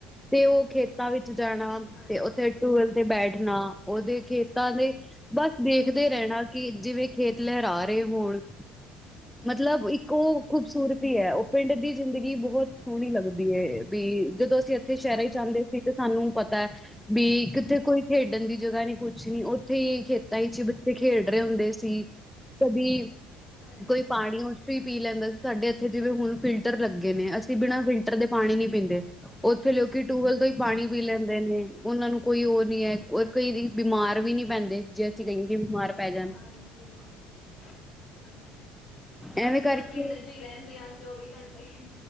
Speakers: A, in the centre; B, on the left (about 50°).
A: ਤੇ ਉਹ ਖੇ ਖੇਤਾਂ ਵਿੱਚ ਜਾਣਾ
B: ਹਾਂਜੀ,
A: ਤੇ ਉੱਥੇ ਟੂਅਲ ਤੇ ਬੈਠਨਾ, ਉਹਦੇ ਖੇਤਾਂ ਦੇ ਬਸ ਦੇਖਦੇ
B: ਹਾਂਜੀ,
A: ਰਹਿਣਾ ਕਿ ਜਿਵੇਂ ਖੇਤ ਲਹਿਰਾ ਰਹੇ ਹੋਣ। ਮਤਲਬ ਇੱਕ ਕੋ ਓ ਖੂਬਸੂਰਤੀ ਐ। ਉਹ ਪਿੰਡ ਦੀ ਜ਼ਿੰਦਗੀ ਬਹੁਤ ਸੋਹਣੀ ਲੱਗਦੀ ਏ, ਵੀ ਜਦੋਂ ਅਸੀਂ ਉੱਥੇ ਸ਼ਹਿਰੇ
B: ਹਾਂਜੀ,
A: ਜਾਂਦੇ ਸੀ ਤੇ ਸਾਨੂੰ ਪਤੈ ਬੀ ਕਿਥੇ ਕੋਈ ਖੇਡਣ ਦੀ ਜਗ੍ਹਾ ਨੀ, ਕੁਛ ਨੀ। ਉੱਥੇ ਹੀ ਖੇਤਾਂ ਚ ਬੱਚੇ ਖੇਡ ਰਹੇ ਹੁੰਦੇ ਸੀ। ਕਦੀ
B: ਹਾਂਜੀ।
A: ਕੋਈ ਪਾਣੀ ਉਸ ਚੋਂ ਹੀ ਪੀ ਲੈਂਦਾ ਸੀ, ਸਾਡੇ ਇੱਥੇ ਜਿਵੇਂ ਹੁਣ ਫਿਲ ਫਿਲਟਰ ਲੱਗੇ ਨੇ, ਅਸੀਂ ਬਿਨਾਂ ਫਿਲਟਰ ਦੇ ਪਾਣੀ ਨੀ ਪੀਦੇ। ਉੱਥੇ ਲੋਕੀ ਟੂਵਲ ਤੋਂ ਹੀ ਪਾਣੀ
B: ਹਾਂਜੀ,
A: ਪੀ ਲੈਂਦੇ ਨੇ। ਉਹਨਾਂ ਨੂੰ ਕੋਈ ਓ ਨੀ ਐ। ਕਈ ਬਿਮਾਰ ਵੀ ਨਹੀਂ ਪੈਂਦੇ, ਜੇ ਅਸੀਂ ਕਹੀਏ ਕਿ ਬਿਮਾਰ ਪੈ ਜਾਣ
B: ਹਾਂਜੀ, ਹਾਂਜੀ।
A: ਐਵੇਂ
B: ਅਸੀਂ
A: ਕਰਕੇ
B: ਤਾਂ ਪਿੰਡ ਚ ਹੀ ਰਹਿੰਦੇ ਹਾਂ, ਚੌਵੀ ਘੰਟੇ।